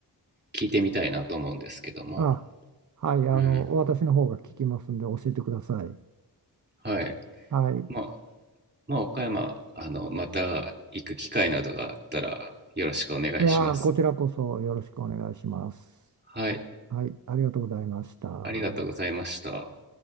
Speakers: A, on the right (about 25°); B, on the right (about 45°).
A: 聞いてみたいなと思うんですけども。
B: あ、はい、あの、
A: うん。
B: 私の方が聞きますんで教えてください。
A: はい。
B: はい。
A: まあ、まあ、岡山、あの、また行く機会などがあったらよろしくお願いします。
B: いやー、こちらこそよろしくお願いします。
A: はい、
B: はい、ありがとうございました。
A: ありがとうございました。